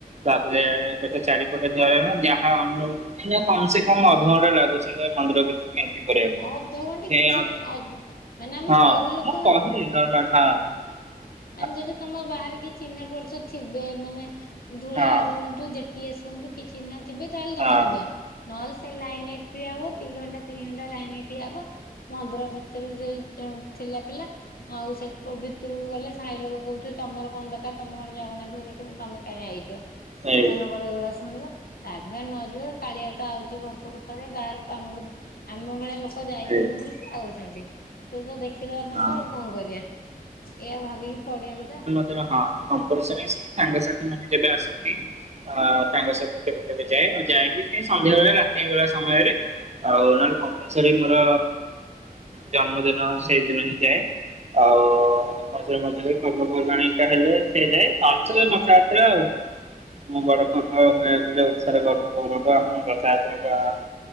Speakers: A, on the right; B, on the left.
A: ତାପରେ ତ ଚାରିପଟେ ଦ୍ୱାର ରେ ନା ଯାହା ମିନିମମ୍ କମ ସେ କମ
B: ହଁ
A: ଅଧ ଘଣ୍ଟା ଲାଗୁଛି ଏ ମନ୍ଦିର ଭିତରେ ଏଣ୍ଟ୍ରି କରିବାକୁ
B: ଅଧଘଣ୍ଟେ
A: ସେ
B: କିଛି
A: ଅ
B: ଅଧ ମାନେ ଆମେ
A: ହଁ
B: ପୁରୀ ଲୋକ
A: ମୁଁ କହିଲି ନର୍ମାଲ ହଁ। <inaudible>
B: ମାନ ଯଦି ତମ ବାହାରେ କିଏ ଚିହ୍ନା ପରିଚୟ ଥିବେ ମାନେ ଧୂଳିଆ
A: ହଁ
B: ହୁଅନ୍ତୁ ଯେ ଟିଏ ସ୍ ହୁଅନ୍ତୁ କି ଚିହ୍ନା ଥିବେ ତାହେଲେ
A: ହଁ
B: ତମେ ଯିବ ନହଲେ ସେ ଲାଇନ ରେ ଠିଆ ହୁଅ ଦି ଘଣ୍ଟା ନିନି ଘଣ୍ଟା ଲାଇନ ରେ ଠିଆ ହବ ମନ୍ଦିର ଭିତରେ ସେ ଯଉ ଠେଲା ପେଲା। ଆଉ ସେ ପ ଭିତରକୁ ଗଲେ ସାହି ଲୋକ କହୁଥିବେ ତମର କଣ ଦରକାର ତମେ କଣ ଜଗନ୍ନାଥଙ୍କୁ ଦେଖିନ ତମେ କାଇଁ ଆଇଚ
A: ସେଇ
B: ସେମାନଙ୍କର ଏଇଭଳିଆ ଶୁ ଣିବ ତାପରେ ନ ଯିବେ କାଳିଆ ତ ଆଉଛି ବର୍ଷକୁ ଥରେ ବାହାରକୁ କାମକୁ ଆମ ଭଳିଆ ଲୋକ କ ଯାଇପାରୁନୁ
A: ସେଇ
B: ବୋଲି ସିଏ ଆଉଛନ୍ତି ସେଉ ଟୁ ତ ଦେଖିଦବା ତାଙ୍କୁ
A: ହଁ।
B: ଆଉ କଣ କରିବା। ଏ ଭାବିକି ପଡିଆ କଥା।
A: ହ କମ୍ପଲସରି ସାଙ୍ଗସଥି ମାନେ ଯେବେ ଆସନ୍ତି ଆ ତାଙ୍କ ସହିତ କେ କେବେ ଯାଏ ଆଉ ଯାଏ ସେ ସନ୍ଧ୍ୟାବେଳେ ରାତି ବେଳା ସମୟରେ। ଆଉ ନହଲେ କମ୍ପଲସରି ମୋର ଜନ୍ମଦିନ ସେଇଦିନ ହିଁ ଯାଏ। ଆଉ ମଝିରେ ମଝିରେ ପର୍ବ ପର୍ବାଣିଟା ହେଲେ ସେ ଯା ରଥ ଯାତ୍ରା ଆଉ। ମୁଁ ବଡ ପର୍ବ କହିବାକୁ ଗଲେ ଓଡିଶାର ଗର୍ବ ଗୌରବ ଆମ ରଥଯାତ୍ରା ବା ଆମ